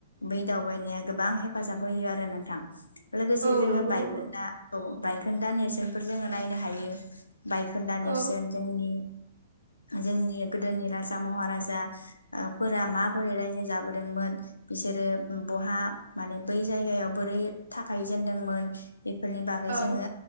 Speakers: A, on the left; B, on the right.
A: बै दावबायनाया गोबां हेफाजाब होयो आरो नोंथां लोगोसे
B: औ
A: जोङो
B: नंगौ
A: बायखोनदाखौ
B: नंगौ
A: ओ बाय खोन्दा नेरसोनफोर जोङो नायनो हायो बायखोन्दा नेरसोन
B: औ
A: जोंनि जोंनि गोदोनि राज महाराजाफोरा माबोरै रायजो जाबोदोंमोन बिसोरो बहा माने बै जायगायाव बोरै थाफायजेनदोंमोन बेफोरनि बागै
B: औ
A: जोङो